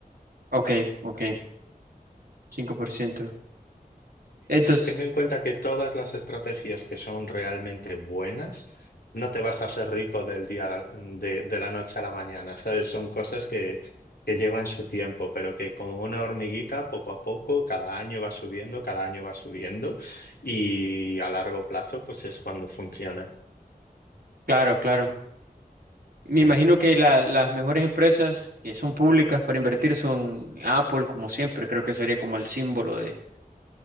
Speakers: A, on the right; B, on the left.
A: Ok, ok, cinco por ciento Entonces,
B: Ten en cuenta que todas las estrategias que son realmente buenas, no te vas a hacer rico del día de, de la noche a la mañana, ¿sabes? Son cosas que, que llevan su tiempo, pero que como una hormiguita, poco a poco, cada año va subiendo, cada año va subiendo y a largo plazo, pues es cuando funciona.
A: claro, claro. Me imagino
B: Mm.
A: que la- las mejores empresas que son públicas para invertir son Apple, como siempre, creo que sería como el símbolo de,